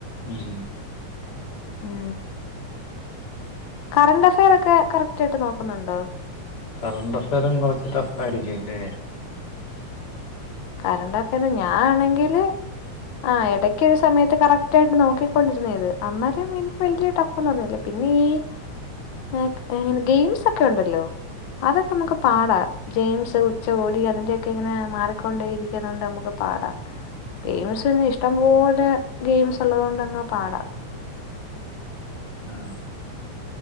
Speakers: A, on the left; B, on the left.
A: ഉം
B: ഉം കറണ്ടഫെയറൊക്കെ കറക്റ്റ് ആയിട്ട് നോക്കുന്നുണ്ടോ?
A: കറണ്ടഫയറും കുറച്ച് ടഫായിരിക്കും ല്ലേ.
B: കറണ്ട് അഫെയർ ഞാനാണെങ്കില് ആഹ് ഇടയ്ക്കൊരു സമയത്ത് കറക്റ്റ് ആയിട്ട് നോക്കിക്കൊണ്ടിരുന്ന അത്. അന്നേരം എനിക്ക് വല്യ ട്ട അതൊന്നല്ല. പിന്നെ ഈ ആഹ് ങ്ങനെ ഗെയിംസ് ക്കെ ഉണ്ടല്ലോ? അതൊക്കെ നമുക്ക് പാടാ. ജെയിംസ്, ഉച്ചകോടി അതിന്റെക്കെ ഇങ്ങനെ മാർ കൊണ്ടേ ഇരിക്കുന്നോണ്ട് നമുക്ക് പാടാം. ഗെയിംസന്നെ ഇഷ്ടം പോലെ ഗെയിംസ് ഉള്ളതുകൊണ്ടങ്ങ് പാടാം.
A: ആഹ്